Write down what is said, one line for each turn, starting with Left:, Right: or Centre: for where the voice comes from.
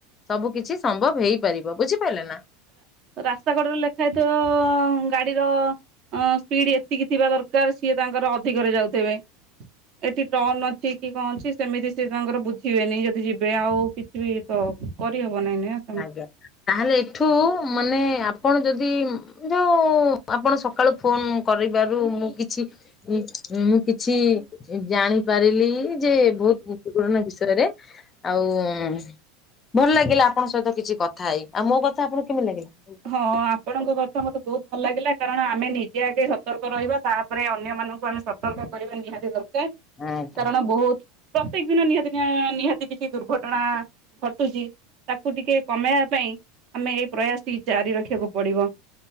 Left: ସବୁ କିଛି ସମ୍ଭବ ହେଇପାରିବ ବୁଝିପାରିଲେ ନା
Right: ରାସ୍ତା କଡରେ ଲେଖା ହେଇଥିବ ଗାଡିର ଅ ସ୍ପିଡ ଏତିକି ଥିବା ଦରକାର ସିଏ ତାଙ୍କର ଅଧିକରେ ଯାଉଥିବେ ଏଠି ଟନ ଅଛି କି କଣ ଅଛି ସେମିତି ସି ତାଙ୍କର ବୁଝିବେନି ଯଦି ଯିବେ ଆଉ କିଛି ବି ତ କରିହବ ନାଇଁ ନ
Left: ଆଜ୍ଞା ତାହେଲେ ଏଠୁ ମାନେ ଆପଣ ଯଦି ଯୋଉ ଆପଣ ସକାଳୁ ଫୋନ କରିବାରୁ ମୁଁ କିଛି ଉ ମୁଁ କିଛି ଜାଣିପାରିଲି ଯେ ବହୁତ ଗୁରୁତଵପୂର୍ଣ ବିଷୟରେ ଆଉ ଭଲ ଲାଗିଲା ଆପଣଙ୍କ ସହିତ କିଛି କଥା ହେଇ ଆଉ ମୋ କଥା ଆପଣଙ୍କୁ କେମିତି ଲାଗିଲା
Right: ହଁ ଆପଣଙ୍କ କଥା ମତେ ବହୁତ ଭଲ ଲାଗିଲା କାରଣ ଆମେ ନିଜେ ଆଗେ ସତର୍କ ରହିବା ତା ଉପରେ ଅନ୍ୟ ମାନଙ୍କୁ ଆମେ ସତର୍କ କରିବା ନିହାତି ଦରକାର
Left: ଆଜ୍ଞା
Right: କାରଣ ବହୁତ ପ୍ରତ୍ୟକ ଦିନ ନିହାତି ନିହାତି କିଛି ଦୁର୍ଘଟଣା ଘଟୁଛି ତାକୁ ଟିକେ କମେଇବା ପାଇଁ ଆମେ ଏଇ ପ୍ରୟାସ ଟି ଜାରି ରଖିବାକୁ ପଡିବ